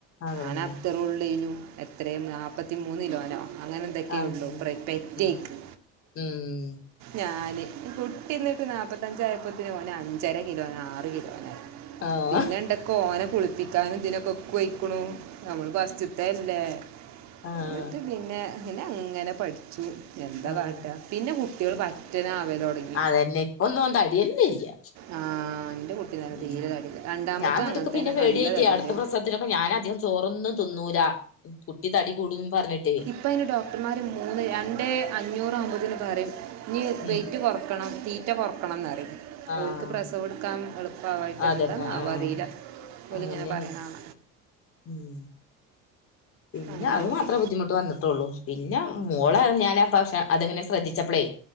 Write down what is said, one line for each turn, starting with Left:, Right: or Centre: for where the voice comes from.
Left: അതന്നെ
Right: ആനത്തറൊള്ളേനു. എത്രേന്ന് നാപ്പത്തിമൂന്ന് കിലോനോ അങ്ങനെന്തൊക്കെയൊള്ളു.
Left: ആഹ്
Right: <unintelligible> ത്തേക്ക്
Left: ഉം ഉം
Right: ഞാന് കുട്ടി ഇന്നട്ട് നാപത്തഞ്ചായപ്പോത്തിന് ഓനഞ്ചരകിലോനാറ് കിലോനായി.
Left: ആഹ്
Right: പിന്നണ്ടക്ക് ഓനെ കുളിപ്പിക്കാനും ഇതിനൊക്കെ ഇക്ക് വയ്കുണു ഞമ്മള് ഫസ്റ്റ്ത്തല്ലേ
Left: ആഹ്
Right: ഇന്നട്ട് പിന്നെ പിന്നങ്ങനെ പഠിച്ചു. എന്താ
Left: ആഹ്
Right: കാട്ടാ പിന്നെ കുട്ട്യാള് പറ്റെനാവലൊട്ങ്ങി
Left: അതെന്നെ ഇപ്പന്നോൻ തട്യന്നെല്ല്യ
Right: ആ എൻ്റെ കുട്ടി നല്ല
Left: ഉം
Right: തീരെ തടിയില്ല രണ്ടാമത്തെ
Left: ഞാൻ ഇന്നട്ട്ക്
Right: അങ്ങനെ
Left: പിന്നെ
Right: തന്നെ
Left: പേടിയായിട്ടേ
Right: നല്ല തടിയുണ്ട്
Left: അടുത്തപ്രസവത്തിനൊ അപ്പൊ ഞാൻ അധികം ചോറൊന്നും തിന്നൂല കുട്ടി തടി കൂടും പറഞ്ഞിട്ടേ
Right: അപ്പയ്ന് ഡോക്ടർമാര് മൂന്ന് രണ്ട് അഞ്ഞൂറാഹ്മ്പതിന് പറയും ഞ്ഞി
Left: ഉം
Right: വെയിറ്റ് കുറക്കണം തീറ്റ കുറക്കണം ന്നറിം
Left: ആഹ്
Right: ഓൽക്ക് പ്രസവം എടുക്കാൻ എള് പവായിട്ട്
Left: അതന്നെ
Right: എന്താന്നാവോ
Left: ആഹ്
Right: അറിയില ഓല്ങ്ങനെ
Left: അങ്ങനെനി
Right: പറിണാണ
Left: ഉം പിന്നെ
Right: അങ്ങനെയൊക്കെ
Left: അഹ് മാത്രേ ബുദ്ധിമു പ്പ വന്ന്ട്ടൊള്ളു പിന്നെ ഓളെ ഞാന് പാവ്ശ്യം അതെങ്ങനെ ശ്രദ്ധിച്ചപ്പളെ